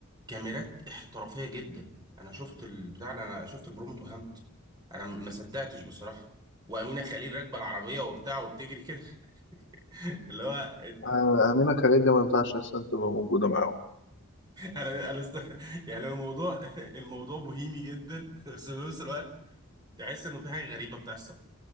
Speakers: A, on the right; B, on the left.
A: كاميرات احترافية جدا انا شفت البتاع انا شفت البرومو اتوهمت انا ما صدقتش بصراحة وأمينة خليل راكبة العربية وبتاع وبتجري كده <laughs> اللي هو
B: آه، امينه خليل دي ما ينفعش اصلا تبقى موجوده معاهم
A: انا انا است... يعني الموضوع الموضوع بوهيمي جدا بس في نفس الوقت تحس انه في حاجة غريبة بتحصل